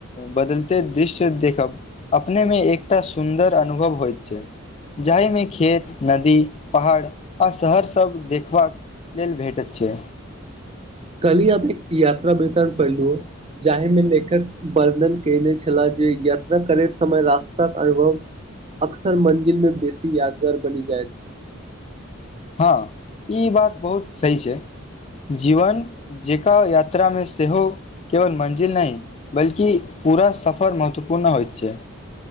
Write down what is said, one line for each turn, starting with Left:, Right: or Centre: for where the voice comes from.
Left: बदैलते दृश्य देखब अपने मे एकटा सुन्दर अनुभव होइत छै जाहिमे खेत, नदी, पहाड़ आ शहर सब देखबाक लेल भेटत छै
Right: कली आ एक यात्रा वतण पहिलू जाहि मे लेखक वर्णन केने छलाह जे यात्रा करेैत समय रास्ताक अनुभव अक्सर मंजिल में बेसी यादगार बनि जाइत
Left: ह इ बात बहुत सही छै जीवन जेका यात्रा मे सेहो केवल मञ्जिल नैय बल्कि पूरा सफर महत्वपूर्ण होइत छै